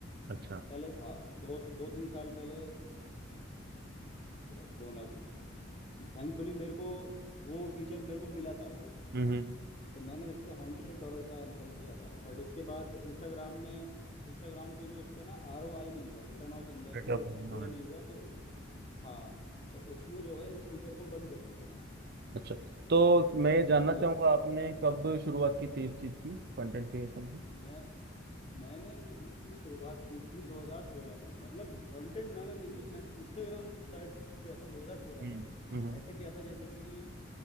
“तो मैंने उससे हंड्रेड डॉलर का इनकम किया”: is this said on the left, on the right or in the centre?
Left